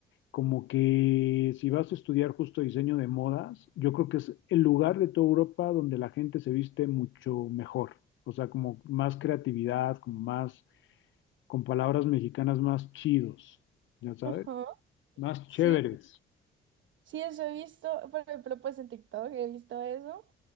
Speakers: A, on the left; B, on the right.
A: como que si vas a estudiar justo diseño de modas, yo creo que es el lugar de toda Europa donde la gente se viste mucho mejor, o sea, como más creatividad, como más, con palabras mexicanas más chidos, ya sabes,
B: ajá.
A: más
B: Sí,
A: chéveres.
B: sí, eso he visto, por ejemplo, pues en TikTok he visto eso.